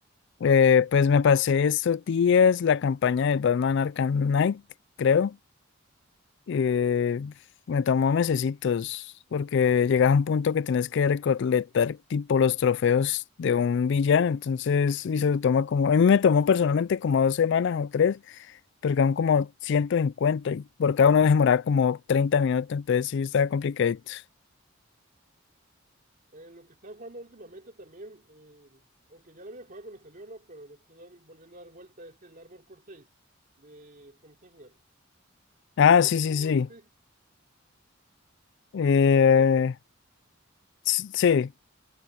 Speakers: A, on the left; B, on the right.
A: Eh, pues me pasé estos días la campaña del Batman Arkham Knight, creo. Eh, me tomó mesecitos, porque llegas a un punto que tienes que recolectar tipo los trofeos de un villano, entonces, y se toma como, a mí me tomó personalmente como dos semanas o tres, pero quedaron como 150 y por cada uno demoraba como 30 minutos, entonces sí estaba complicadito.
B: Eh, lo que estaba jugando últimamente también, eh, aunque ya lo había jugado cuando salió, ¿no? Pero le estoy dan- volviendo a dar vuelta, es el Armor Core 6 de From Software.
A: Ah,
B: ¿Sí te
A: sí,
B: tocó
A: sí,
B: jugarlo
A: sí.
B: a ti?
A: Eh,
B: ¿Te tocó jugarlo?
A: Sí,